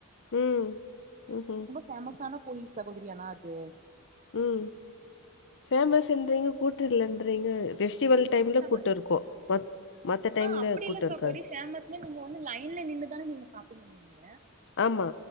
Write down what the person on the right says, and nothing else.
பேமஸான கோயில் சகோதரி ஆனா அது
சகோ
ஆ அப்டி
சகோதரி
ஃபேமஸ்னா இல்ல நீங்க வந்து லைன்ல நின்னு தானே நீங்க பாப்பீங்க நீங்க